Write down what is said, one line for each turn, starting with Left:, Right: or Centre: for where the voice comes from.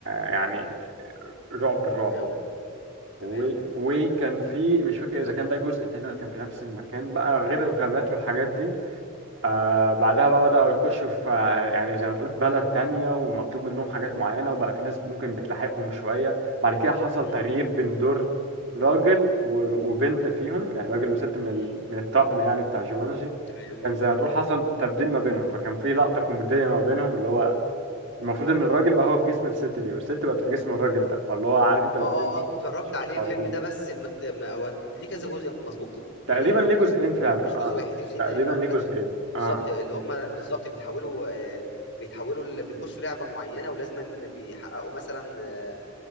Right: يعني رعب الرعب
Left: تمام
Right: بقى و...
Left: تمام
Right: وكان في مش فاكر إذا كان ده جزء تاني ولا كان في نفس المكان بقى غير الغابات والحاجات دي آه بعدها بقى بدأوا يخشوا في آه، يعني زي ما تقول بلد تانية ومطلوب منهم حاجات معينة وبقى في ناس ممكن بتلاحقهم شوية بعد كده حصل
Left: مم،
Right: تغيير بين دور راجل و- وبنت فيهم يعني راجل وست من ال...
Left: مم،
Right: من الطقم يعني بتاع جومانجي
Left: تمام
Right: كان زي ما تقول حصل تبديل ما بينهم فكان في لقطة كوميدية
Left: تمام
Right: ما بينهم اللي هو المفروض إن الراجل بقى هو في جسم الست دي والست بقت في جسم الراجل ده فاللي هو عارف أنت الاتنين
Left: اه اه
Right: مش
Left: اه اتفرجت عليه
Right: طيبين.
Left: الفيلم ده بس مت... ما هو ليه كذا جزء مظبوط
Right: تقريبا
Left: ملوش
Right: ليه جزئين فعلا
Left: مش جزء
Right: اه
Left: واحد، ليه جزئين
Right: تقريبا
Left: تقريبًا أو
Right: ليه
Left: 3
Right: جزئين
Left: بالضبط،
Right: اه
Left: اللي هم بالضبط بيتحولوا آآ بيتحولوا ل بيخشوا لعبة معيّنة ولازمًا بيحققوا مثلًا